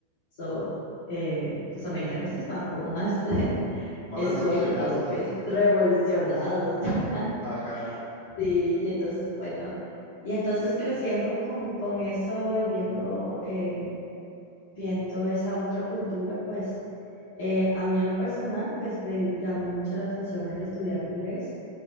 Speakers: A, on the left; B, on the left.
A: eso, eh, los americanos ya estaban como más <laughs>
B: más
A: eh,
B: revolucionados,
A: sueltos, pues
B: <laughs>
A: revolucionados. <laughs>
B: ajá.
A: Sí, y entonces, bueno, y entonces creciendo con, con eso y viendo, eh, viendo esa otra cultura, pues eh, a mí en lo personal, pues me llamó mucho la atención el estudiar inglés